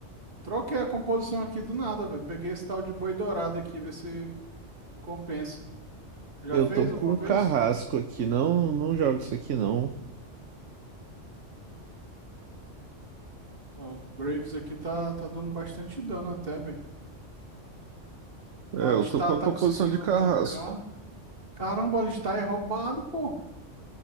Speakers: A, on the right; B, on the right.
A: Troquei a composição aqui do nada, velho. Peguei esse tal de boi dourado aqui, ver se compensa. Já
B: Eu
A: fez
B: tô
A: alguma
B: com um
A: vez?
B: carrasco aqui. Não, não jogo isso aqui, não.
A: Ó, o Graves aqui tá, tá dando bastante dano até, velho.
B: É,
A: O Alistar
B: eu tô com a
A: tá
B: composição
A: conseguindo
B: de carrasco.
A: tancar. Caramba, o Alistar é roubado, pô.